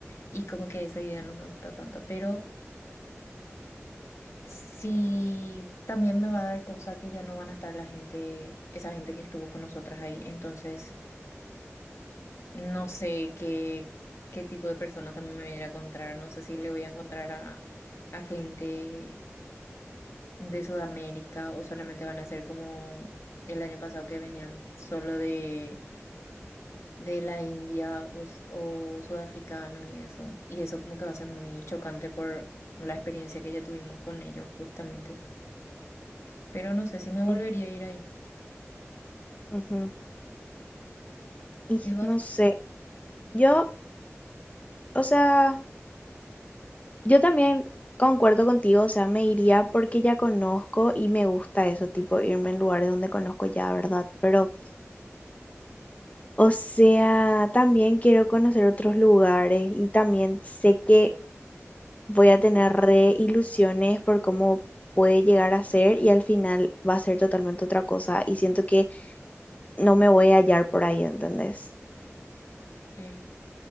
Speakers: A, on the left; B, on the left.
A: Y como que esa idea no me gusta tanto. Pero sí, también me va a dar cosas que ya no van a estar la gente, esa gente que estuvo con nosotras ahí. Entonces, no sé qué, qué tipo de persona también me voy a ir a encontrar. No sé si le voy a encontrar a, a gente. de Sudamérica o solamente van a ser como el año pasado que venían solo de, de la India o, s- o sudafricanos y eso. Y eso como que va a ser muy chocante por la experiencia que ya tuvimos con ellos justamente. Pero no sé si me volvería
B: ujú,
A: a ir ahí.
B: ujú. Y
A: ¿Y vos?
B: no sé, yo, o sea... Yo también concuerdo contigo, o sea, me iría porque ya conozco y me gusta eso, tipo irme en lugares donde conozco ya, ¿verdad? Pero, o sea, también quiero conocer otros lugares y también sé que voy a tener re ilusiones por cómo puede llegar a ser y al final va a ser totalmente otra cosa y siento que no me voy a hallar por ahí, ¿entendés?
A: Sí.